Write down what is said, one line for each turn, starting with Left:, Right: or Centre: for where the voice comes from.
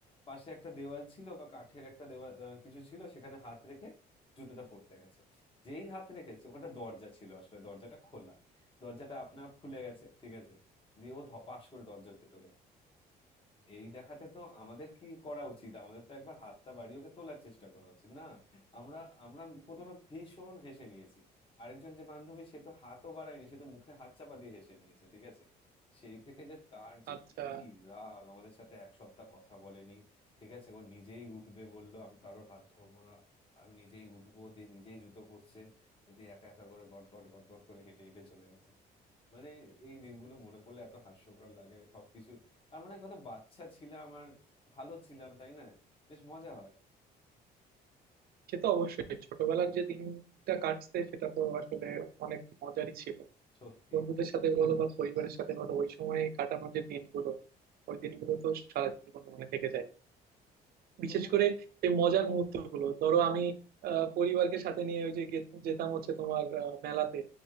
Left: পাশে একটা দেওয়াল ছিল বা কাঠের একটা দেওয়াল আহ, কিছু ছিল সেখানে হাত রেখে জুতোটা পরতে গেছে যেই হাত রেখেছে ওখানে দরজা ছিল আসলে দরজাটা খোলা দরজাটা আপনা আপ খুলে গেছে ঠিক আছে দিয়ে ও ধপাস করে দরজার ভেতরে এই দেখাতে তো আমাদের কি করা উচিত আমাদের তো একবার হাতটা বাড়িয়ে ওকে তোলার চেষ্টা করা উচিত না আমরা আমরা প্রথমে ভীষণ হেসে নিয়েছি আরেকজন যে বান্ধবী সে তো হাতও বাড়ায়নি সে তো মুখে হাত চাপা দিয়ে হেসে নিয়েছে ঠিক আছে সেই থেকে যে তার যে
Right: আচ্ছা
Left: কি রাগ আমাদের সাথে এক সপ্তাহ কথা বলেনি ঠিক আছে ও নিজেই উঠবে বললো আমি কারোর হাত ধরবো না আমি নিজেই উঠবো দিয়ে নিজেই জুতো পরছে দিয়ে একা একা করে গট গট গট গট করে হেঁটে হেঁটে চলে গেছে মানে এই দিনগুলো মনে পড়লে এত হাস্যকর লাগে সবকিছু আর মনে হয় কত বাচ্চা ছিলাম আর ভালো ছিলাম তাই না বেশ মজা হয়
Right: সে তো অবশ্যই ছোটবেলার যে দিনটা কাটছে সেটা তো আসলে অনেক মজারই ছিল
Left: সত্যি
Right: বন্ধুদের সাথে বলো বা পরিবারের সাথে বলো ওই সময় কাটানো যে দিনগুলো ওই দিনগুলো তো সারা জীবন মনে থেকে যায় বিশেষ
Left: তোমার
Right: করে এই মজার মুহূর্ত গুলো ধরো আমি আহ, পরিবারকে সাথে নিয়ে ওই যে গে- যেতাম হচ্ছে তোমার আহ, মেলাতে